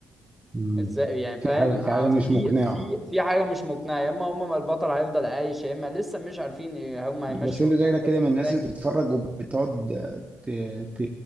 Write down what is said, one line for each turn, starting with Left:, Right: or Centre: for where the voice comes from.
Right: مم.
Centre: إزاي يعني فاهم
Right: في حاجة
Centre: ع-
Right: في حاجة مش
Centre: في
Right: مقنعة
Centre: في في حاجة مش مقنعة يا إما هما ما البطل هيفضل عايش يا إما لسه مش عارفين إيه هما
Right: بس
Centre: هيمشوا
Right: انت شكلك
Centre: الأحداث
Right: كده من
Centre: إزاي
Right: الناس اللي بتتفرج وبتقعد ت... ت...